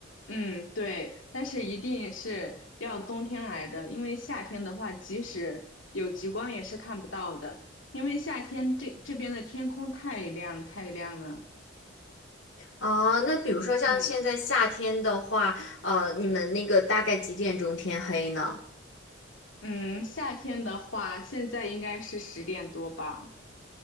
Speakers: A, on the left; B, on the left.
A: 嗯，对，但是一定是要冬天来的，因为夏天的话，即使有极光也是看不到的，因为夏天这这边的天空太亮太亮了。
B: 啊，那比如说像现在夏天的话，
A: 嗯
B: 呃，你们那个大概几点钟天黑呢？
A: 嗯，夏天的话，现在应该是十点多吧？